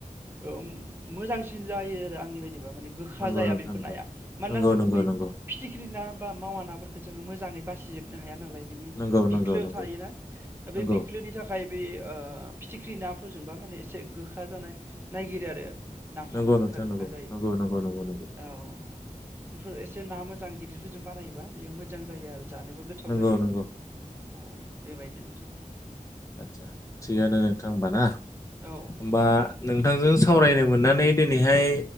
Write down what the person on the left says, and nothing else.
नंगौ
नोंथां
नंगौ
नंगौ
नंगौ
नंगौ नंगौ
नंगौ
नंगौ
नंगौ
नंगौ
नोंथां नंगौ
नंगौ नंगौ नंगौ
नंगौ
नंगौ
आतसा थिगानो नोंथां होमबा ना होमबा
नोंथांजों सावरायनो मोन्ना नै दिनैहाय